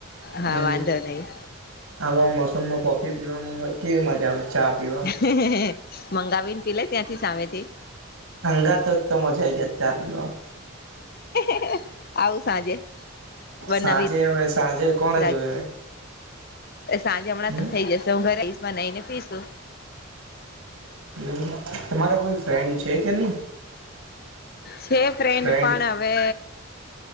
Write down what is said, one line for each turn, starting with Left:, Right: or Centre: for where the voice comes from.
Left: હા
Right: <unintelligible>
Left: વાંધો નહી
Right: આવા મોસમમાં કોફી પીવામાં કેવી મજા આવે ચા પીવામાં
Left: હે હે મંગાવીને પીલે ત્યાંથી સામેથી.
Right: હંગાથ હોત તો મજા આઈ જત ચા પીવામાં.
Left: <inaudible> આવું સાંજે બનાવી
Right: સાંજે હવે સાંજે કોણ
Left: રાખ.
Right: જોવે
Left: સાંજે હમણાં
Right: હમ
Left: શું થઈ જશે હું ઘરે આઈશ બનાઇને પીશું.
Right: અમ તમારા કોઈ ફ્રેન્ડ છે કે નહી?
Left: છે
Right: <inaudible> ફ્રેન્ડ?
Left: પણ હવે